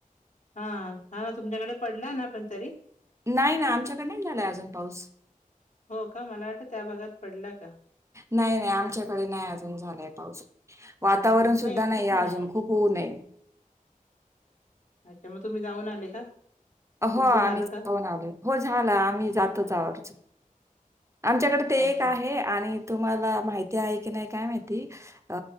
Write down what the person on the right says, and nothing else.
नाही ना आमच्याकडे नाही झालाय अजून पाऊस
नाही नाही आमच्याकडे नाही अजून झालाय पाऊस वातावरण
सुद्धा
नाही आहे
अजून खूप ऊन ये
हो
आम्ही
जाऊन
आलो हो झाला आम्ही जातोच
आवरच आमच्याकडे ते
एक आहे आणि तुम्हाला माहिती आहे की नाही काय माहिती अ